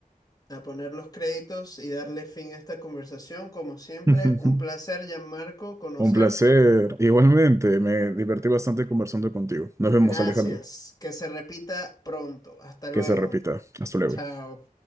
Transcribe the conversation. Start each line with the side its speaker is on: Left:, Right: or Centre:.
Left: a poner los créditos y darle fin a esta conversación. Como siempre,
Right: <laughs>
Left: un placer, Gianmarco, conocerte.
Right: Un placer. Igualmente, me divertí bastante conversando contigo. Nos vemos,
Left: Gracias.
Right: Alejandro.
Left: Que se repita pronto. Hasta luego.
Right: Que se repita. Hasta luego.
Left: Chao.